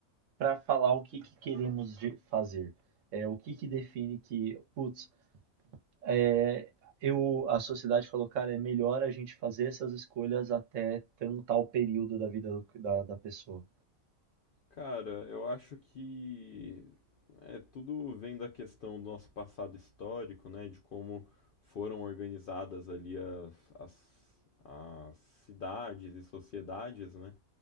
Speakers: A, on the right (about 70°); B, on the left (about 65°).
A: pra falar o que que queremos de- fazer. É o que que define que, putz, é, eu, a sociedade falou, cara, é melhor a gente fazer essas escolhas até tão- tal período da vida do- da, da pessoa.
B: Cara, eu acho que é, tudo vem da questão do nosso passado histórico, né? De como foram organizadas ali as, as, as cidades e sociedades, né?